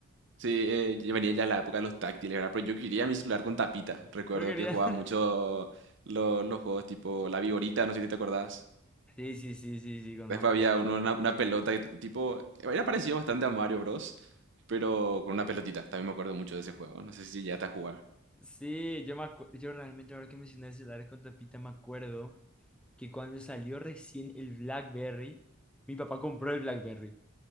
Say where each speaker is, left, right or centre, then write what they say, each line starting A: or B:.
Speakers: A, on the right (about 55°); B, in the centre.
A: Sí, eh, ya venía ya la época de los táctiles, ¿verdad? Pero yo quería mi celular con tapita. Recuerdo
B: No quería.
A: que jugaba
B: <laughs>
A: mucho lo- los juegos tipo La Viborita, no sé si te acordás.
B: Sí, sí, sí, sí, sí, conozco.
A: Después había uno, una, una pelota que t- tipo, era parecido bastante a Mario Bros, pero con una pelotita. También me acuerdo mucho de ese juego. No sé si ya a jugar.
B: Sí, yo me acu- yo realmente ahora que mencioné celulares con tapita me acuerdo que cuando salió recién el BlackBerry, mi papá compró el BlackBerry.